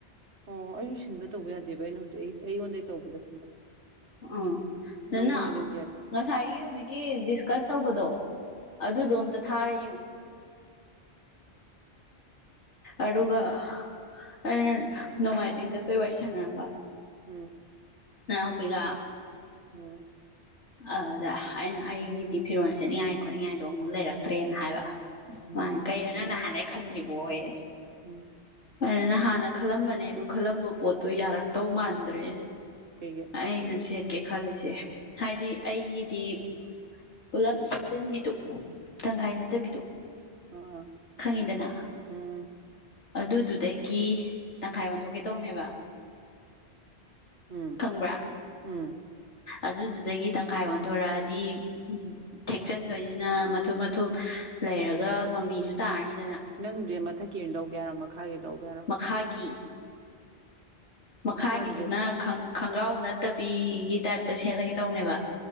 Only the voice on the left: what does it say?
ꯎꯥ ꯑꯗꯨꯅ
ꯉꯁꯥꯏꯒꯤ ꯍꯧꯖꯤꯛꯀꯤ ꯗꯤꯁꯀꯁ ꯇꯧꯕꯗꯣ ꯑꯗꯨꯗꯣ ꯑꯝꯇ ꯊꯥꯔꯨ ꯑꯗꯨꯒ ꯑꯩꯅ ꯅꯣꯡꯃꯥꯏꯖꯤꯡ ꯆꯠꯄꯩ ꯋꯥꯔꯤ ꯁꯥꯟꯅꯔꯝꯕ
ꯅꯅꯥ ꯑꯣ ꯄꯒꯥ
ꯑꯗꯨꯗ ꯑꯩꯅ ꯑꯩꯒꯤꯗꯤ ꯐꯤꯔꯣꯟꯜ ꯁꯦꯠꯅꯤꯡꯉꯥꯏ ꯈꯣꯠꯅꯤꯡꯉꯥꯏꯗꯣ ꯑꯃꯨꯛ ꯂꯩꯔꯛꯇ꯭ꯔꯦꯅ ꯍꯥꯏꯕ
ꯃꯥ ꯀꯩꯅꯣ ꯅꯪ ꯅ ꯍꯥꯟꯩ ꯈꯟꯗ꯭ꯔꯤꯕꯣ ꯍꯣꯏ
ꯑꯗꯨꯅ ꯍꯥꯟꯅ ꯈꯜꯂꯝꯕꯅꯦ ꯑꯗꯨ ꯈꯜꯂꯝꯕ ꯄꯣꯠꯇꯣ ꯌꯥꯔꯛꯇꯧ ꯃꯥꯟꯗ꯭ꯔꯦ
ꯑꯩꯅ ꯁꯦꯠꯀꯦ ꯈꯜꯂꯤꯁꯦ ꯍꯥꯏꯗꯤ ꯑꯩꯒꯤꯗꯤ ꯄꯨꯂꯞ ꯁꯦꯠꯆꯤꯟꯕꯤꯗꯨ ꯇꯪꯈꯥꯏ ꯅꯠꯇꯕꯤꯗꯨ
ꯈꯪꯉꯤꯗꯅ
ꯑꯗꯨꯗꯨꯗꯒꯤ ꯇꯪꯈꯥꯏ ꯑꯣꯟꯊꯣꯛꯀꯦ ꯇꯧꯅꯦꯕ
ꯈꯪꯕ꯭ꯔꯥ
ꯑꯗꯨꯗꯨꯗꯒꯤ ꯇꯪꯈꯥꯏ ꯑꯣꯟꯊꯣꯔꯛꯑꯗꯤ ꯎꯝ ꯎꯝ ꯊꯦꯛꯆꯟꯗꯣꯏꯅꯤꯅ ꯃꯊꯨꯞ ꯃꯊꯨꯞ ꯂꯩꯔꯒ ꯃꯃꯤꯁꯨ ꯇꯥꯔꯅꯤꯅ
ꯃꯈꯥꯒꯤ ꯃꯈꯥꯒꯤꯗꯨꯅ
ꯈꯣꯡꯒ꯭ꯔꯥꯎ ꯅꯠꯇꯕꯤꯒꯤ ꯇꯥꯏꯞ ꯇ ꯁꯦꯠꯂꯒꯦ ꯇꯧꯅꯦꯕ